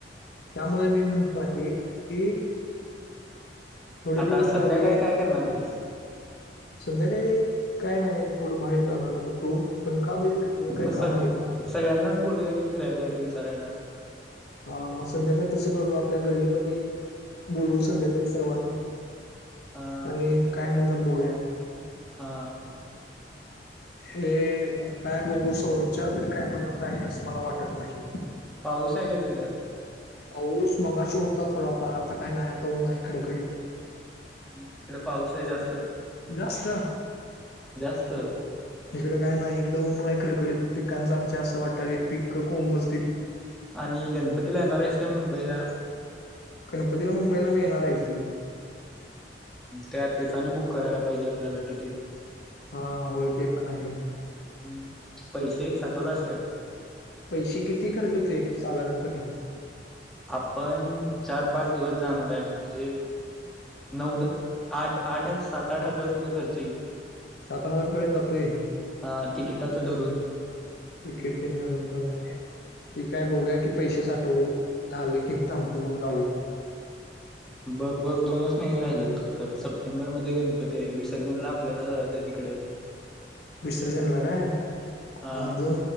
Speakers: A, on the left; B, in the centre.
A: त्यामुळे मी म्हणतो आहे की, थोडे
B: आता
A: दिवस
B: संध्याकाळी
A: जाऊन दे
B: काय करणार आहेस?
A: संध्याकाळी काय नाही थोडं बाहेर जाणार होतो पण का बोलकि तुझं काय
B: मग
A: काम
B: सग
A: आहे का?
B: सगळ्यांनाच बोलूया की फिरायला जायचं विचारयला.
A: हा मग संध्याकाळी तसं करू आपल्या गल्लीमध्ये बोलवू संध्याकाळी सर्वांना.
B: हा
A: आणि काय म्हणतात बघूया.
B: हा
A: हे आता काय बघू सौरभच्या तरी काय म्हणणत आहे असं मला वाटत नाही.
B: पाऊस आहे काय तिकडं?
A: पाऊस मगाशी होता थोडाफार आता काय नाही आता ऊन हाय खडकडीत.
B: इकडे पाऊस आहे जास्त.
A: जास्त
B: जास्त
A: इकडं काय नाही इकडं उन आहे कडकडीत पिकांचं आमच्या असं वाटतात एक पिकं कोंमजतील.
B: आणि गणपती ला येणार आहेस काय मुंबईला?
A: गणपतीला मुंबईला मी येणार आहे की.
B: त्या तेच आणि बुक करायला पाहिजे आपल्याला तिकीट.
A: हां होय ते पण आहे.
B: हम्म पैसे साठवलास काय?
A: पैसे किती खर्च येतोय साधारणपणे?
B: आपण चार, पाच दिवस जाणार आहे म्हणजे नऊ, दहा, आठ, सात, आठ हजार रुपये खर्च येईल.
A: सात, आठ हजार पर्यंत जातोय.
B: हां तिकिटाचं धरून.
A: तिकीट तेन धरून सगळं होय. ठीक हाय बघूया की पैसे साठव झाले की मी सांगतो मग जाऊ.
B: बग बघ दोनच महिने राहिल्यात फक्त सप्टेंबर मध्ये गणपती आहे, विसर्जनला आपल्याला जायचंय तिकडं. <inaudible>
A: विसर्जन ला काय
B: हा
A: हां दोन